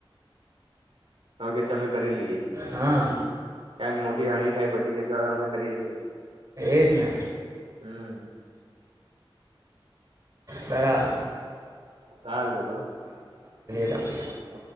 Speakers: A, on the right (about 80°); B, on the right (about 40°).
A: ઓકે સમે કરી લઈએ
B: હા
A: ક્યાંક મો ટી હાણી થાય પછી કેશે હવે અમે કરીએ છે,
B: એ જ ને
A: હમ
B: બરા
A: સારુ ત ચલો
B: તો આપણે
A: હ